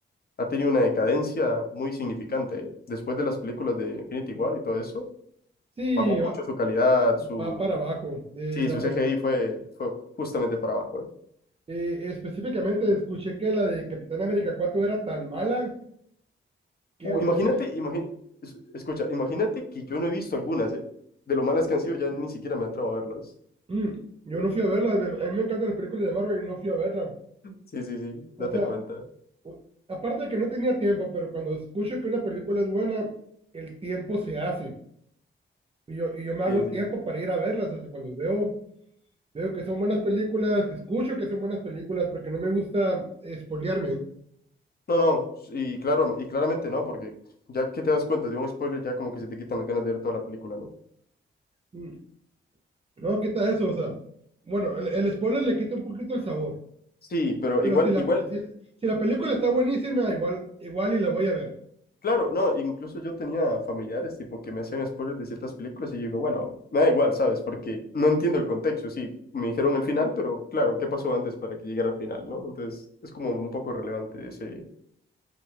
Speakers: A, on the left (about 45°); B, on the right (about 30°).
A: ha tenido una decadencia muy significante, ¿eh? Después de las películas de Infinity War y todo eso,
B: Sí,
A: bajó
B: va,
A: mucho su calidad, su...
B: va para abajo. Eh,
A: Sí,
B: la
A: su
B: pel-
A: CGI fue, fue justamente para abajo, ¿eh?
B: eh, específicamente escuché que la de Capitán América cuatro era tan mala que,
A: Uh,
B: o
A: imagínate,
B: sea, y me-
A: imagi- es- escucha, imagínate que yo no he visto algunas, ¿eh? De lo malas
B: mm,
A: que han sido, ya ni siquiera me atrevo a verlas.
B: mm, yo no fui a verla. me- A mí me encantan las películas de Marvel y no fui a verla.
A: Sí, sí, sí,
B: O
A: date
B: sea,
A: cuenta.
B: u- aparte de que no tenía tiempo, pero cuando escucho que una película es buena, el tiempo se hace. Y yo, y yo me hago
A: Sí, sí.
B: tiempo para ir a verlas. O sea, cuando veo, veo que son buenas películas, que escucho que son buenas películas, porque no me gusta espolearme.
A: No, no, y claro, y claramente no, porque ya que te das cuenta de un spoiler, ya como que se te quitan las ganas de ver toda la película, ¿no?
B: Mm, No, quita eso, o sea, bueno, el, el spoiler le quita un poquito el sabor,
A: Sí, pero
B: pero
A: igual,
B: si la,
A: igual,
B: pe- si, si la película está buenísima, igual, igual y la voy a ver.
A: claro, no, incluso yo tenía familiares tipo que me hacían spoilers de ciertas películas y yo digo, bueno, me da igual, ¿sabes? Porque no entiendo el contexto, sí, me dijeron el final, pero claro, ¿qué pasó antes para que llegara al final, no? Entonces, es como un poco relevante ese...